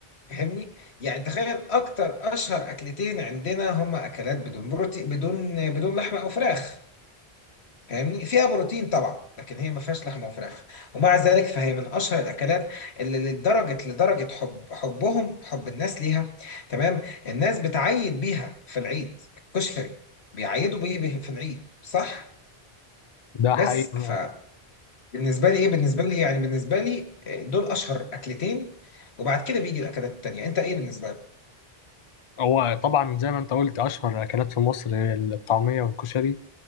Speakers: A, on the left; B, on the left.
A: فاهمني يعني تخيل اكتر اشهر اكلتين عندنا هما اكلات بدون بروتين بدون بدون لحمه او فراخ فاهمني فيها بروتين طبعا لكن هي ما فيهاش لحمه وفراخ ومع ذلك فهي من اشهر الاكلات اللي لدرجه لدرجه حب حبهم حب الناس ليها تمام الناس بتعيد بيها في العيد الكشري بيعيدوا بيه بيه في العيد صح
B: ده
A: بس
B: حقيقي
A: فبالنسبه لي ايه بالنسبه لي يعني بالنسبه لي آه، دول اشهر اكلتين وبعد كده بيجي الاكلات التانيه انت ايه بالنسبه
B: هو طبعا زي ما انت قلت اشهر اكلات في مصر هي الطعميه والكشري